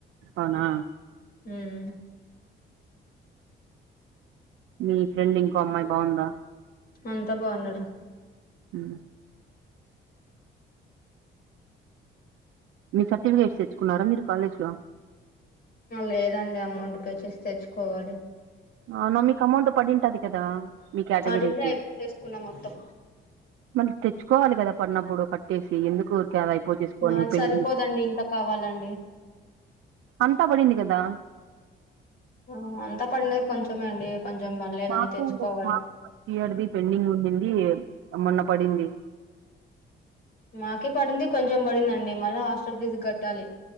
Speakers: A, on the right; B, on the left.
A: అవునా
B: హ్మ్
A: మీ ఫ్రెండ్ ఇంకో అమ్మాయి బాగుందా
B: అంతా బాగున్నారు
A: హ్ మీ సర్టిఫికేట్స్ తెచ్చుకున్నారా మీరు కాలేజ్లో
B: లేదండి అమౌంట్ పే చేసి తెచ్చుకోవాలి
A: అవునా మీకు అమౌంట్ పడింటది కదా మీ కేటగిరికి
B: పడిందే అయిపోతే వేసుకున్నా మొత్తం
A: మళ్ళ తెచ్చుకోవాలి కదా పొన్నప్పుడు కట్టేసి ఎందుకు కుర్కే అవైపో తిసుకొని
B: అది
A: పిం
B: సరిపోదండి ఇంకా కావాలండి
A: అంతా పడింది కదా
B: ఆ అంతా పడలేదు కొంచమే అండి కొంచెం పడలేదని
A: మాకు
B: తెచ్చుకోవాలి
A: మాకు పతియర్ది పెండింగ్ ఉండీంది మొన్న పడింది
B: మాకే పడింది కొంచెం పడిందండి మళ్ళీ హాస్టల్ ఫీజు కట్టాలి